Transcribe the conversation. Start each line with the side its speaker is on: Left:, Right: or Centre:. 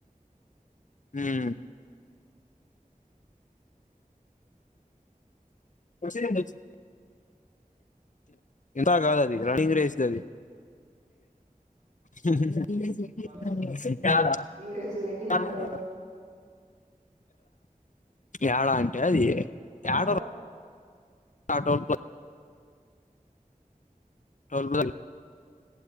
Left: హ్మ్ వచ్చినయండి వచి ఇం కాదది అది రన్నింగ్ రేస్ ది అది హు
Right: రన్నింగ్
Left: హు
Right: రేస్ పెట్టి ఇచ్చినారు
Left: హు యాడా అంటే అది ఏడ
Right: ఆ స <unintelligible>
Left: రా టోల్ ప్లా- టోల్ ప్లాజా